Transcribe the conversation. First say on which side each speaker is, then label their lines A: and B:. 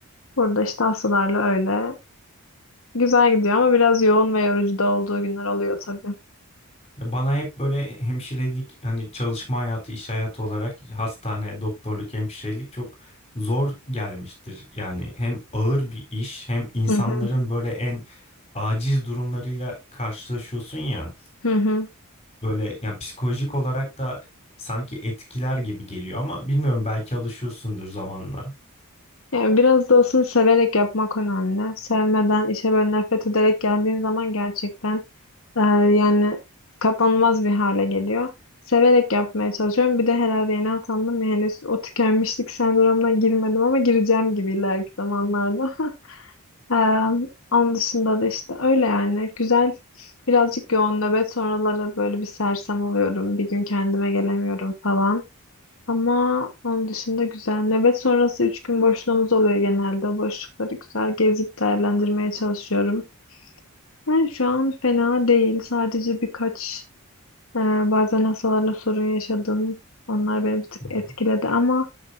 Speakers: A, on the left; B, on the left.
A: Burada işte hastalarla öyle. Güzel gidiyor ama biraz yoğun ve yorucu da olduğu günler oluyor tabii.
B: Ya Bana hep böyle hemşirelik, hani çalışma hayatı, iş hayatı olarak hastane, doktorluk, hemşirelik çok zor gelmiştir. Yani hem ağır bir iş, hem insanların
A: Hı hı.
B: böyle en aciz durumlarıyla karşılaşıyorsun ya.
A: Hı hı.
B: Böyle yani psikolojik olarak da sanki etkiler gibi geliyor ama bilmiyorum belki alışıyorsundur zamanla.
A: Yani biraz da aslında severek yapmak önemli. Sevmeden, işe böyle nefret ederek geldiğin zaman gerçekten e, yani katlanılmaz bir hale geliyor. Severek yapmaya çalışıyorum. Bir de herhalde yeni atandım ya henüz o tükenmişlik sendromuna girmedim ama gireceğim gibi ileriki zamanlarda. <laughs> Ee, onun dışında da işte öyle yani güzel birazcık yoğun nöbet sonraları böyle bir sersem oluyorum bir gün kendime gelemiyorum falan ama onun dışında güzel nöbet sonrası üç gün boşluğumuz oluyor genelde O boşlukları güzel gezip değerlendirmeye çalışıyorum yani şu an fena değil sadece birkaç e, bazen hastalarla sorun yaşadım onlar beni bir tık
B: Hı hı.
A: etkiledi ama